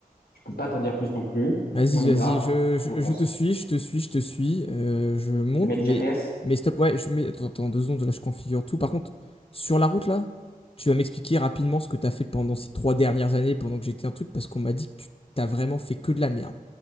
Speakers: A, on the left; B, on the left.
A: Je peux pas t'en dire plus non plus.
B: Vas-y,
A: On y
B: vas-y,
A: va
B: je, je,
A: et on fonce.
B: je te suis, je te suis, je te suis, euh, je monte,
A: Tu mets
B: mais,
A: le GPS.
B: mais stop, ouais, je mets, attends, attends, deux secondes, là, je configure tout. Par contre, sur la route, là, tu vas m'expliquer rapidement ce que t'as fait pendant ces trois dernières années, pendant que j'étais un truc, parce qu'on m'a dit que tu t'as vraiment fait que de la merde.